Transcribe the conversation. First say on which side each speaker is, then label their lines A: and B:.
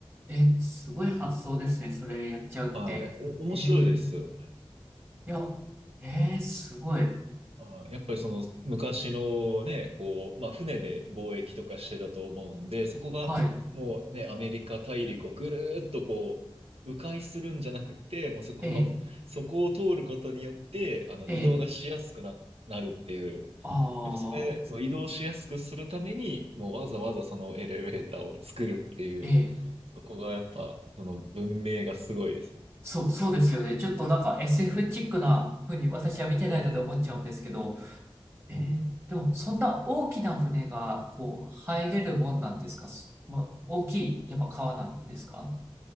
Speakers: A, on the right (about 25°); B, on the right (about 75°).
A: ええすごい発想ですね。それやっちゃうって。
B: はい。お、面白いですよね
A: ええ、いや、ええすごい。
B: あーやっぱりその昔のね、こう、まあ船で貿易とかしてたと思うんで、そこがもうね、
A: はい。
B: アメリカ大陸をぐるーっとこう、迂回するんじゃなくて、もうそこの、
A: え
B: <laughs> そこを通ることによって、あの移動がしやすくな、
A: え、えー、
B: なるっていう、
A: ああ
B: やっぱそれ、その移動しやすくするために、もうわざわざそのエレベーターを作るっていう、
A: ええ
B: そこがやっぱ、その文明がすごいです。
A: そう、そうですよね。ちょっとなんか SF チックな風に私は見てないので思っちゃうんですけど、
B: うんうんうん
A: えーでもそんな大きな船がこう入れるもんなんですかすまあ、大きい、やっぱ川なんですか